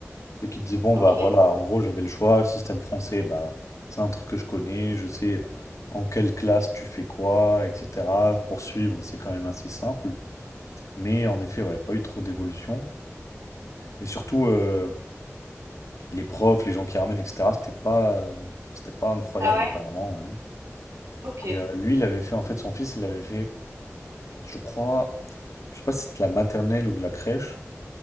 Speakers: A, on the left; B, on the right.
A: C'est qu'il disait, bon,
B: Ok.
A: bah voilà, en gros, j'avais le choix, le système français, bah, c'est un truc que je connais, je sais euh, en quelle classe tu fais quoi, etc. Poursuivre, c'est quand même assez simple. Mais en effet, ouais, pas eu trop d'évolution. Et surtout, euh, les profs, les gens qui ramènent, etc., c'était pas, euh, c'était pas incroyable,
B: Ah ouais?
A: apparemment. ouais.
B: Ok,
A: Et euh, lui, il avait fait, en fait, son fils, il avait fait, je crois, je sais pas si c'était de la maternelle ou de la crèche.